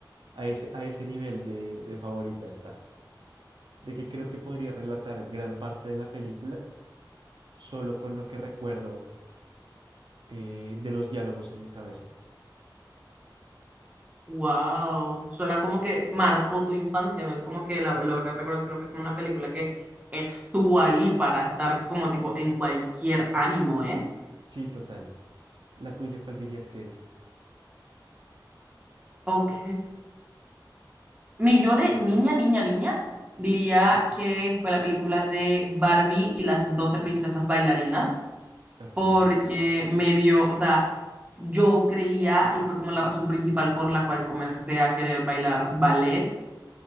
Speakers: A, on the right (about 70°); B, on the right (about 20°).
A: A ese, a ese nivel de, de favorita está, de que creo que podría relatar gran parte de la película solo con lo que recuerdo eh, de los diálogos en mi cabeza.
B: wow. Suena como que marcó tu infancia, no es como que la logras recordar, sino que es como una película que estuvo ahí para estar como tipo en cualquier ánimo, ¿eh?
A: Sí, total. ¿La tuya cuál dirías que es?
B: Ok. Mi yo de niña, niña, niña, diría que fue la película de Barbie y las doce princesas bailarinas,
A: Ok.
B: porque me dio, o sea, yo creía, y fue como la razón principal por la cual comencé a querer bailar ballet,